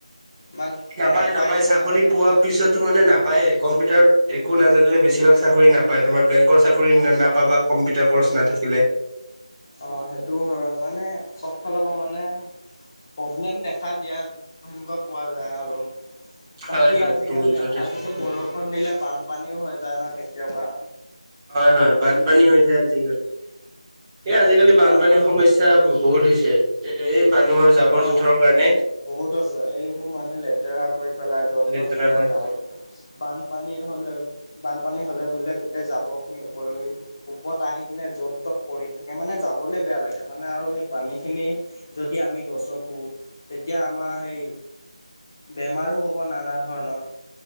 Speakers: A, on the left; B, on the right.
A: মাজ
B: নাপায়
A: নেপায়
B: নাপায়
A: নিচিনা
B: চাকৰি
A: হৈ যায়
B: পোৱা
A: মানে
B: পিছতো মানে নাপায়। কম্পিউটাৰত একো নাজানিলে বেছিভাগ চাকৰি নাপায় তোমাৰ বেংকৰ চাকৰি ন নাপাবা কম্পিউটাৰ কৰ্চ নাথাকিলে।
A: অহ, সেইটোও হয় মানে চব ফালৰ পৰা মানে প্ৰব্লেম দেখা দিয়া সেনেকুৱা পোৱা যায় আৰু। বাকী
B: হয় হয়
A: আজিকালি
B: বহুত যথেষ্ট
A: আজিতো
B: প্ৰব্লেম
A: বৰষুণ দিলে বানপানীও হৈ যায় ন কেতিয়াবা।
B: হয়-হয় বানপানী হৈ যায় আজিকালি এই আজিকালি বানপানীৰ
A: বানপানী
B: সমস্যা, চা বহুত হৈছে এই মানুহৰ জাবৰ
A: অ'
B: জোথৰ কাৰণে।
A: বহুত আছে এইবোৰ মানে লেতেৰা কৰি পেলাই য'ত
B: লেতেৰা
A: ত'ত পেলাই
B: কৰিছিলে।
A: যাব। বানপানী হ'লে বানপানী হ'লে বোলে গোটেই জাবৰখিনি ওপৰি, ওপৰত আহি কিনে য'ত ত'ত পৰি থাকে মানে যাবলে বেয়া লাগে, মানে আৰু সেই পানী খিনি যদি আমি গছকো, তেতিয়া আমাৰ সেই বেমাৰো হ'ব নানা ধৰণৰ।